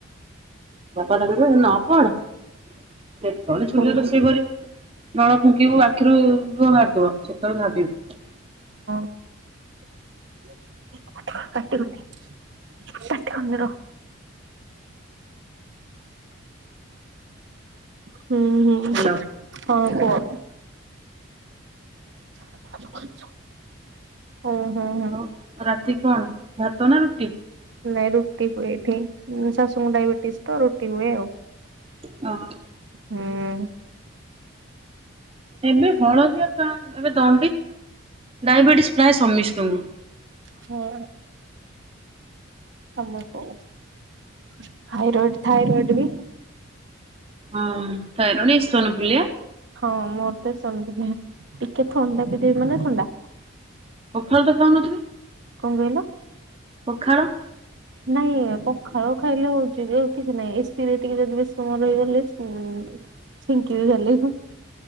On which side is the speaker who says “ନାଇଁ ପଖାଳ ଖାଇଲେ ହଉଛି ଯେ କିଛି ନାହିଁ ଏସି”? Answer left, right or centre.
Right